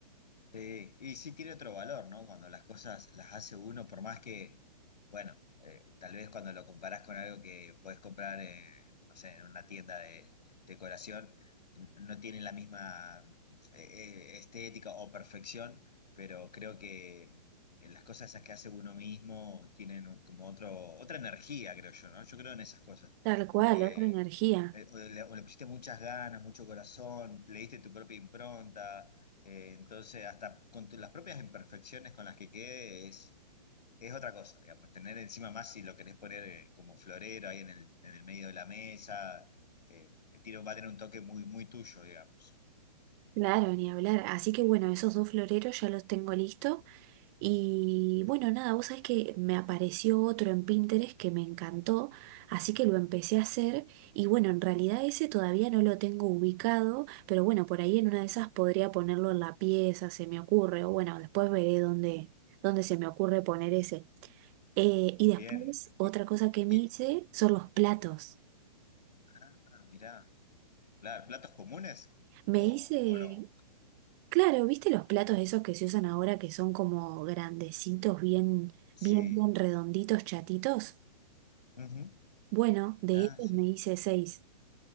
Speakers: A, on the left; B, on the right.
A: Sí, y sí tiene otro valor, ¿no? Cuando las cosas las hace uno, por más que, bueno, eh, tal vez cuando lo comparás con algo que puedes comprar, eh, no sé, en una tienda de decoración, n- no tiene la misma eh, eh, estética o perfección, pero creo que eh, las cosas esas que hace uno mismo tienen un- como otro, otra energía, creo yo, ¿no? Yo creo en esas cosas,
B: Tal cual,
A: como que
B: otra energía.
A: eh, o le o le pusiste muchas ganas, mucho corazón, le diste tu propia impronta eh, entonces, hasta con tu- las propias imperfecciones con las que quede es, es otra cosa, digamos, tener encima más si lo querés poner eh, como florero ahí en el, en el medio de la mesa, eh, el tiro va a tener un toque muy, muy tuyo, digamos.
B: Claro, ni hablar. Así que bueno, esos dos floreros ya los tengo listo. Y bueno, nada, vos sabés que me apareció otro en Pinterest que me encantó, así que lo empecé a hacer. Y bueno, en realidad ese todavía no lo tengo ubicado, pero bueno, por ahí en una de esas podría ponerlo en la pieza, se me ocurre, o bueno, después veré dónde, dónde se me ocurre poner ese. Eh, y después,
A: Bien.
B: otra
A: Y,
B: cosa que
A: y-
B: me hice son los platos.
A: ah, mirá, claro, platos comunes
B: Me
A: o,
B: hice,
A: o no.
B: claro, ¿viste los platos esos que se usan ahora que son como grandecitos, bien,
A: Sí.
B: bien, bien redonditos, chatitos?
A: Ujú.
B: Bueno, de
A: Ah,
B: esos
A: sí.
B: me hice seis.